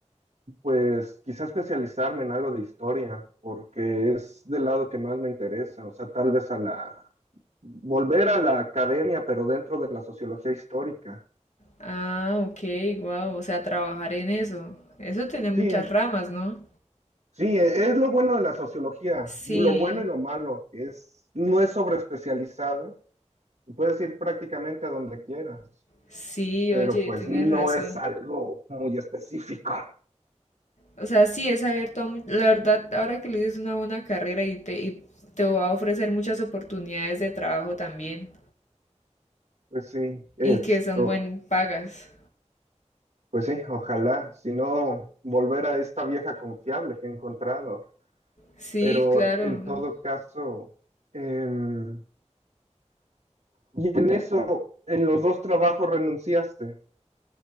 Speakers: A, on the right; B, on the left.
A: Pues quizá especializarme en algo de historia, porque es del lado que más me interesa, o sea, tal vez a la, volver a la academia, pero dentro de la sociología histórica.
B: Ah, ok, wow. O sea, trabajar en eso. Eso tiene muchas
A: Sí,
B: ramas, ¿no?
A: sí, e- es lo bueno de la sociología,
B: Sí,
A: lo bueno y lo malo, que es, no es sobreespecializada, y puedes ir prácticamente a donde quieras,
B: sí,
A: pero
B: oye,
A: pues
B: tienes
A: no
B: razón.
A: es algo muy específico.
B: O sea, sí es abierto a... La verdad, ahora que le dices es una buena carrera y te, y te va a ofrecer muchas oportunidades de trabajo también.
A: Pues sí, esto,
B: Y que son buen pagas.
A: pues sí, ojalá, si no, volver a esta vieja confiable que he encontrado.
B: Sí,
A: pero
B: claro.
A: en todo caso, em, y en eso, en los dos trabajos renunciaste.